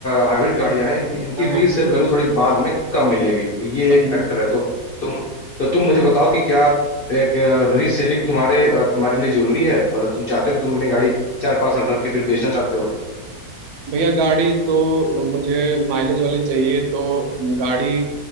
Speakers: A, on the left; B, on the right.
A: हाइब्रिड गाड़ियां हैं इनकी इनकी
B: हाँ
A: रीसेल
B: हाँ
A: वैल्यू थोड़ी बाद में कम मिलेगी तो ये
B: कम
A: एक
B: हो-
A: फैक्टर है तो तुम तो तुम मुझे बताओ कि क्या एक रीसेलिंग तुम्हारे अ, तुम्हारे लिए जरूरी है मतलब तुम चाहते हो कि तुम अपनी गाड़ी चार पांच साल रख के फिर बेचना चाहते हो
B: भैया गाड़ी तो मुझे माइलेज वाली चाहिए तो गाड़ी